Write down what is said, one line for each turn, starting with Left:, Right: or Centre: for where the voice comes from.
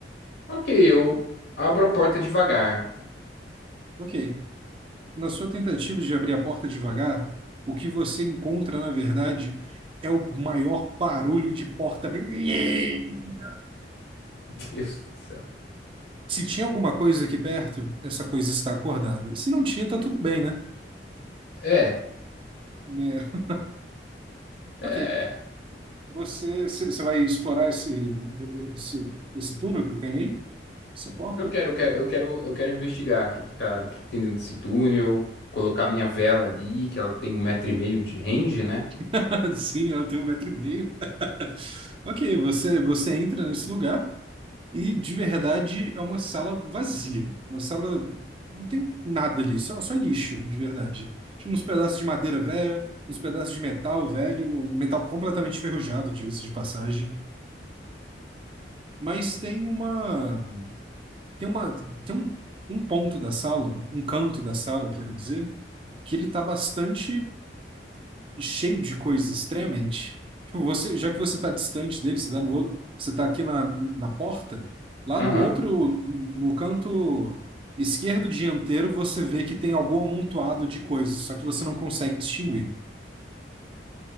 Left: Ok, eu abro a porta devagar.
Right: Ok. Na sua tentativa de abrir a porta devagar, o que você encontra, na verdade, é o maior barulho de porta. abrindo.
Left: <laughs> Meu Deus do céu.
Right: Se tinha alguma coisa aqui perto, essa coisa está acordada. Se não tinha, tá tudo bem, né?
Left: É,
Right: É,
Left: é.
Right: ok. Você, você você vai explorar esse, esse, esse túnel que tem aí? Essa porta?
Left: Eu quero, eu quero, eu quero, eu quero investigar o que que tá, o que que tem dentro desse túnel, colocar minha vela ali, que ela tem um metro e meio de range, né?
Right: <laughs> Sim, ela tem um metro e meio. Ok, você, você entra nesse lugar e de verdade é uma sala vazia. Uma sala. Não tem nada ali, só, só lixo, de verdade. Tinha uns pedaços de madeira velha, uns pedaços de metal velho, um metal completamente enferrujado, diga-se de passagem. Mas tem uma. Tem uma. Tem um, um ponto da sala, um canto da sala, quero dizer, que ele tá bastante cheio de coisas extremamente. Tipo, você, já que você está distante dele, você está no outro, você está aqui na, na porta, lá
Left: Aham,
Right: do outro, no canto esquerdo dianteiro, você vê que tem algum amontoado de coisas, só que você não consegue distinguir.